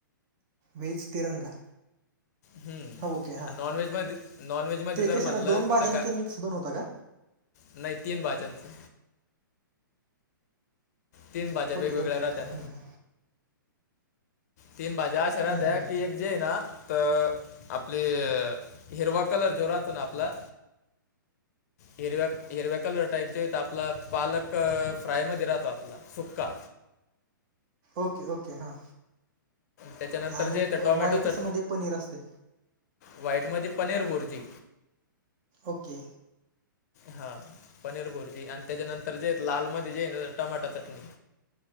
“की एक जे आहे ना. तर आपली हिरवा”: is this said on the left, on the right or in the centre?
Left